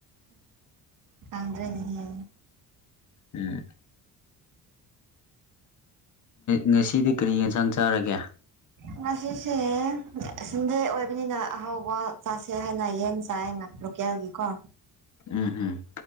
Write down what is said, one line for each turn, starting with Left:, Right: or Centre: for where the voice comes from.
Right: ꯄꯝꯗꯔ꯭ꯦꯅꯦ
Left: ꯎꯝ ꯉꯁꯤꯗꯤ ꯀꯔꯤ ꯌꯦꯟꯁꯥꯡ ꯆꯥꯔꯒꯦ
Right: ꯉꯁꯤꯁꯦ ꯁꯤꯟꯗꯦ ꯑꯣꯏꯕꯅꯤꯅ ꯑꯍꯥꯎꯕ ꯆꯥꯁꯦ ꯍꯥꯏꯅ ꯌꯦꯟ ꯆꯥꯏ ꯉꯥꯛ ꯀꯌꯥꯝ ꯀꯣ
Left: ꯎꯝ ꯎꯝ